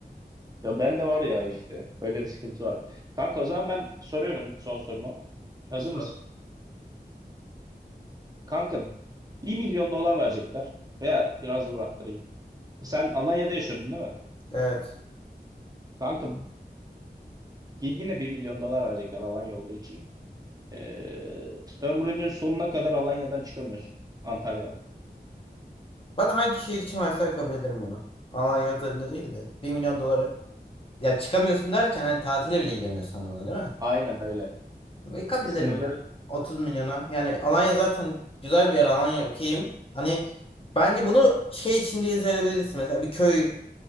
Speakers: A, on the right; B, on the left.
A: ya ben de var ya işte. Öyle bir sıkıntı var. Kanka o zaman ben soruyorum son sorumu. Hazır
B: Sor.
A: mısın? Kanka bir milyon dolar verecekler. Veya biraz dur arttırayım. Sen Alanya'da yaşıyordun değil mi?
B: Evet.
A: Kanka y- yine bir milyon dolar verecekler Alanya olduğu için. Ee, ömrünün sonuna kadar Alanya'dan çıkamıyorsun. Antalya'dan.
B: Bana hangi şehir için verseler kabul ederim bunu. Alanya özelinde değil de bir milyon dolara Ya çıkamıyorsun derken hani tatile bile gidemiyorsun anlamına değil mi?
A: Aynen öyle.
B: E, kabul
A: Sınırları
B: ederim ya. 30 milyona. Yani Alanya zaten güzel bir yer. Alanya okeyim. Hani bence bunu şey için diye söyleyebilirsin. Mesela bir köy